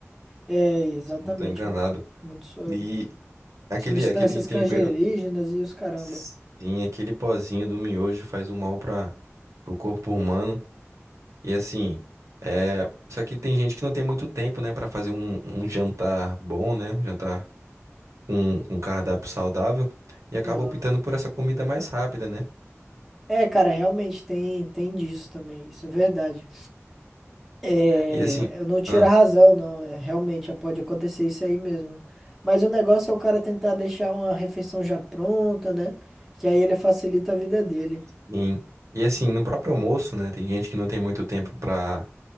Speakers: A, in the centre; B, on the right.
A: É, exatamente.
B: Se não tô enganado.
A: Muito sódio.
B: E aquele,
A: Substâncias
B: aquele tempero,
A: cancerígenas e os caramba.
B: sim, aquele pozinho do miojo faz um mal para o corpo humano. E assim, é... só que tem gente que não tem muito tempo, né, Pra fazer um, um jantar bom, né? Um jantar com com um cardápio saudável e acaba
A: Aham.
B: optando por essa comida mais rápida, né?
A: É, cara, realmente tem, tem disso também, isso é verdade. É,
B: E assim,
A: eu não tiro
B: ah,
A: a razão, não, é, realmente pode acontecer isso aí mesmo. Mas o negócio é o cara tentar deixar uma refeição já pronta, né? Que aí ele facilita a vida dele.
B: sim. E assim, no próprio almoço, né? Tem gente que não tem muito tempo pra